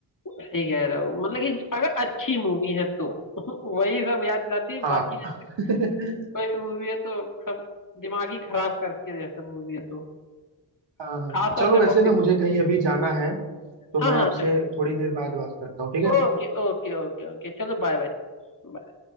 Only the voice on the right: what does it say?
हाँ
<laughs>
हाँ हाँ
चलो
वैसे
ना मुझे कहीं अभी जाना है तो
मैं
आपसे
थोड़ी देर बाद बात करता हूँ ठीक है